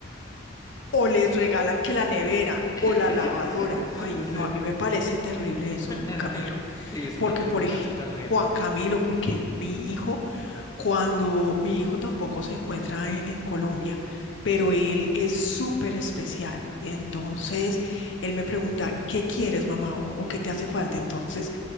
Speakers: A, on the left (about 80°); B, on the left (about 20°).
A: o les regalan que la nevera
B: <laughs>
A: o la lavadora. Ay,
B: Sí,
A: no, a mí me parece terrible eso,
B: <laughs>
A: Juan Camilo,
B: Sí, eso
A: porque
B: también
A: por
B: me parece
A: ejemplo,
B: terrible.
A: Juan Camilo, porque mi hijo, cuando mi hijo tampoco se encuentra en, en Colombia, pero él es súper especial y entonces él me pregunta, ¿qué quieres, mamá? o o qué te hace falta? Entonces